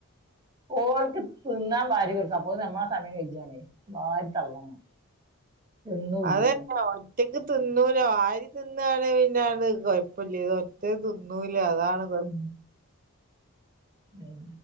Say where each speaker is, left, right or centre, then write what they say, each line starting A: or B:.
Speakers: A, on the right; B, on the right.
A: ഓൾക്ക് തിന്നാൻ വാരി കൊടുത്തപ്പോ നമ്മ സമയക്കജാനെ വാരി തള്ളണം തിന്നൂല്ല
B: അതെന്നോ. റ്റയ്ക്ക് തുന്നൂലാ വാരിതിന്നാണേ പിന്ന ത് കൊയ്പ്പല്ലേ റ്റക്ക് തുന്നൂലാ അതാണ് കൊഴ
A: ഉം ഉം